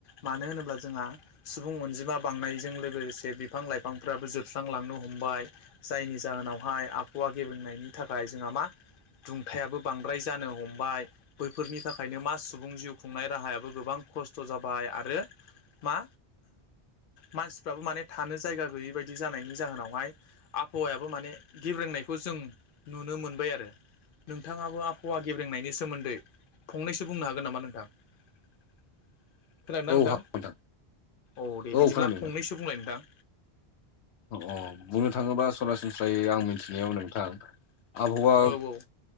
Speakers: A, on the left; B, on the left.
A: मानो होनोब्ला जोंहा सुबुं अनजि मा बांनायजों लोगोसे बिफां लाइफांफ्राबो जोबस्रांलांनो हमबाय। जायनि जाहोनावहाय आबहावा गेब्रेंनायनि थाखाय जोंहा मा दुंथायाबो बांद्राय जानो हमबाय। बैफोरनि थाखायनो मा सुबुं जिउ खुंनाय राहायाबो गोबां खस्थ' जाबाय आरो मा मानसिफ्राबो माने थानो जायगा गैयै बायदि जानायनि जाहोनावहाय आबहावायाबो माने गेब्रेंनायखौ जों नुनो मोनबाय आरो। नोंथाङाबो आबहावा गेब्रेंनायनि सोमोन्दै फंनैसो बुंनो हागोन नामा नोंथां? खोनादोंना
B: औ
A: नोंथां?
B: हागोन
A: औ दे बिदिब्ला
B: खोनादों नोंथां
A: फंनैसो बुंलाय नोंथां।
B: अ' बुंनो थांङोबा सरासनस्रायै आं मिथिनायाव नोंथां आबहावा
A: औ औ